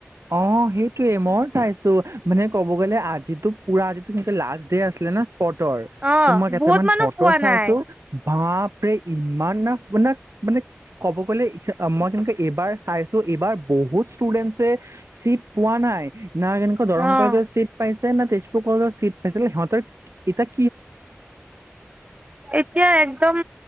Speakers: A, on the right; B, on the right.
A: অ' সেইটয়ে, মইও‌ চাইছো মানে ক'ব আজিটো পুৰা, আজিতো মানে লাষ্ট আছিলে না। ফট'ৰ
B: অ
A: তো মই কেইটামান
B: বহুত মানুহ
A: ফটো
B: পোৱা
A: চাইছো।
B: নাই
A: বাপৰেই ইমান ইমান না, মানে ক'ব গ'লে, মই কেনেকে এইবাৰ চাইছোঁ এইবাৰ বহুত ষ্টুডেন্টছে চিট পোৱা নাই, না কেনেকুৱা দৰং
B: অ
A: কলেজত চিট পাইছে। ছে না, তেজপুৰ কলেজত চিট পাইছিল। সিহঁতৰ কিতাক
B: এতিয়া একদম